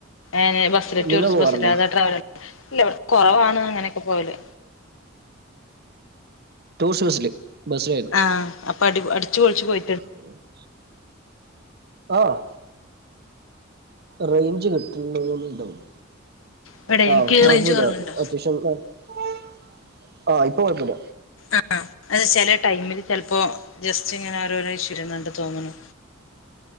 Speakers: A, on the left; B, on the right.
A: ഏനെ ബസ്സിലോ ടൂറിസ്റ്റ്
B: നിങ്ങൾ പോവാറുണ്ടോ
A: ബസ്സിലോ അതെ ട്രാവലർ ഇല്ല വ് ട് കൊറവാണ് അങ്ങനെയൊക്കെ പോവല്
B: ടൂർസ്റ്റ് ബസ്സില് ബസ്സിലാ പോ
A: ആഹ് അപ്പൊ അടി അടിച്ചുപൊളിച്ചു പോയിട്ട്
B: <unintelligible> ആഹ് റേഞ്ച് കിട്ടുന്നോന്ന് ഓര് ഡൗട്ട്
A: ഇവിടെ
B: അഹ്
A: എനിക്ക്
B: കൊഴപ്പുല
A: റേഞ്ച് കുറവുണ്ടോ
B: അത്യാവശം ട്ടും ന്ന <unintelligible> ആഹ് ഇപ്പൊ കൊയപ്പല്ല
A: ആഹ് ആഹ് അത് ചെലേ ടൈമില് ചെൽപ്പോ ജസ്റ്റ് ഇങ്ങനെ ഓരോരോ ഇഷ്യൂരുന്നുണ്ട് തോന്നണു